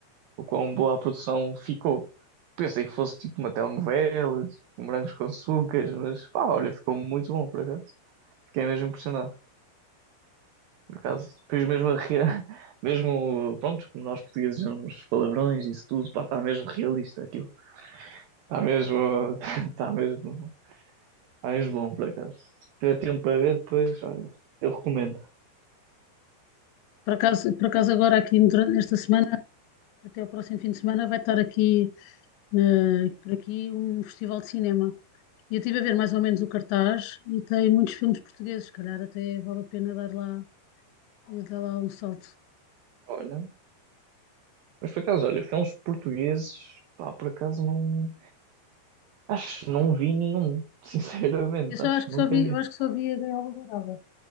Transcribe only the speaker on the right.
o quão boa a produção ficou. Pensei que fosse tipo uma telenovela, tipo, um morangos com açúcar, mas pá, olha, ficou muito bom por acaso. Fiquei mesmo impressionado. Por acaso, depois mesmo, a rea- <laughs> mesmo, pronto, como nós portugueses uns palavrões e isso tudo, pá, está mesmo realista aquilo. Está mesmo, <laughs> está mesmo, está mesmo bom por acaso. Se tiver tempo para ver depois, olha, eu recomendo.
Olha, mas por acaso, olha, filmes portugueses, pá, por acaso não, acho que não vi nenhum, <laughs> sinceramente,
acho
que
nunca
vi.